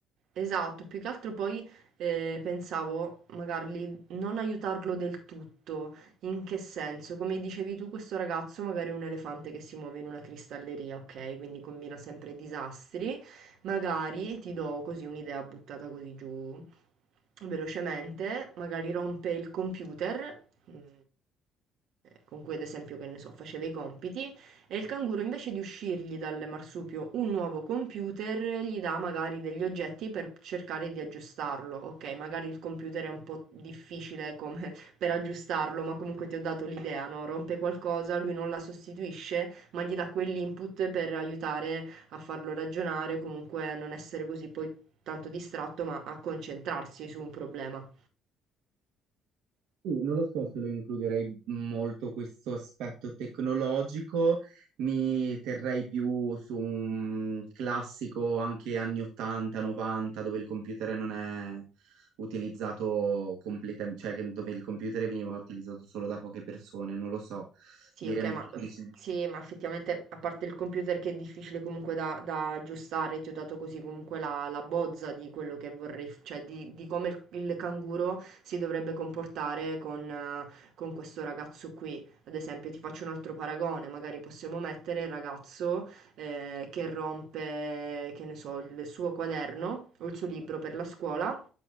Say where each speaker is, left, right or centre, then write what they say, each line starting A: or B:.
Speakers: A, on the right; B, on the right.
A: Esatto, più che altro poi eh, pensavo magari li- non aiutarlo del tutto. In che senso? Come dicevi tu, questo ragazzo magari è un elefante che si muove in una cristalleria, ok? Quindi combina sempre disastri. Magari ti do così un'idea buttata così giù velocemente, magari rompe il computer, mm, con cui ad esempio, che ne so, faceva i compiti e il canguro invece di uscirgli dal marsupio un nuovo computer gli dà magari degli oggetti per cercare di aggiustarlo. Ok, magari il computer è un po' difficile come <laughs> per aggiustarlo, ma comunque ti ho dato l'idea, no? Rompe qualcosa, lui non la sostituisce, ma gli dà quell'input per aiutare a farlo ragionare, comunque a non essere così poi tanto distratto, ma a concentrarsi su un problema.
B: Uh, non lo so se lo includerei molto questo aspetto tecnologico, mi terrei più su un classico anche anni 80, 90, dove il computer non è utilizzato completamente, cioè che- dove il computer veniva utilizzato solo da poche persone, non lo so.
A: Sì,
B: Diremi
A: ok, ma
B: tu, dici-
A: sì, ma effettivamente a parte il computer che è difficile comunque da, da aggiustare, ti ho dato così comunque la, la bozza di quello che vorrei, f- cioè di, di come il, il canguro si dovrebbe comportare con, eh, con questo ragazzo qui. Ad esempio, ti faccio un altro paragone, magari possiamo mettere il ragazzo eh, che rompe, che ne so, il suo quaderno o il suo libro per la scuola.